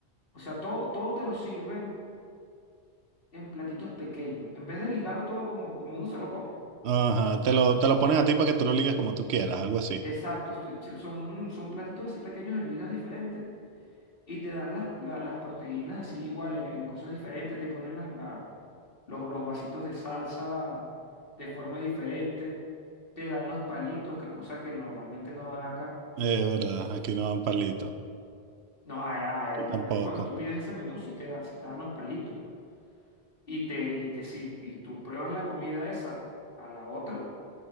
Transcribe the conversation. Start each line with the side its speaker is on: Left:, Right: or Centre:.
Left: O sea, todo, todo te lo sirven en platitos pequeños. En vez de ligarlo todo como, como uno se lo come.
Right: Ajá, te lo, te lo ponen a ti para que tú lo ligues como tú quieras, algo así.
Left: Exacto, estoy- sí, son, son platitos así pequeños en ligas diferentes. y te dan las, la- las proteínas así igual en, en cosas diferentes, te ponen las, la- los, los vasitos de salsa de forma diferente, te dan los palitos, que cosa que normalmente no dan acá.
Right: Es verdad, aquí no dan palitos.
Left: No, a- a-
Right: Aquí
Left: ahí,
Right: tampoco.
Left: ahí cuando tú pides ese menú, si te dan, sí te dan los palitos. Y te, y te, si y tú pruebas la comida esa a la otra